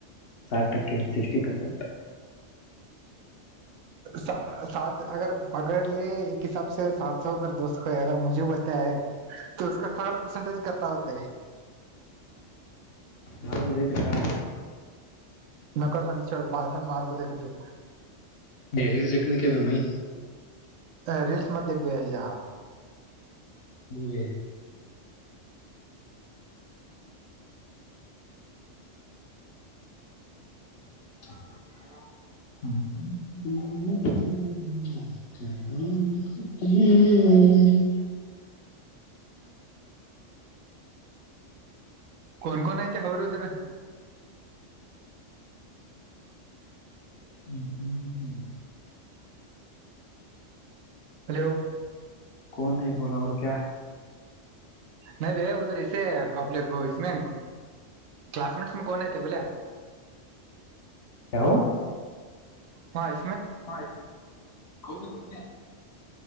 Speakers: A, on the left; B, on the right.
A: ಸಟ್ಟಕ್ಕೆ ಸಿಕ್ಸ್ಟಿ ಪರ್ಸೆಂಟ್
B: ಸಾ ಸಾ ಅ ಅಗರ್ಲೆೇ ಹಸಬ ಸ ಸಾತ್ ಸೊ ದ ಸ ಅ ಮುೆ ಬತಾಯ ಕ ಸಠ ಪಸೆಟೇಜ ಕತ್ತಾತ
A: ಭಾರ ಕುದ ಕಾರಾ
B: ನಕರ ರಂತ ಚಛ ಬಧೆ ಮಾರಕುದೇಕ ತು
A: ೇರಿ ಚಕ್ಕನ ಕೆ ಬಮ್ಮ
B: ಹ ರೀಲ್ಸ್ ಮ ದಬೇಕ ಆಜಾ
A: ದೂರ ಇಲ್ಲಾ ಹ್ಮ
B: ಕನ್ಕೋನ್ ಐತೆ ಅವರುದ್ರ
A: ಒಪನತ
B: ಹಲೋ
A: ಕನ್ ನೀ ಬೋಲ ಅವ ಕ
B: ನ ಭಯ ಉಧರ ಇೇ ಗಪ್ಲೆಮೇ ಕ್ಲಸ್ಮೇಟ್ಸ್ ಮ ಕನ ಬಲ
A: ಯಾವ
B: ಹಯ್
A: ಹ ಹ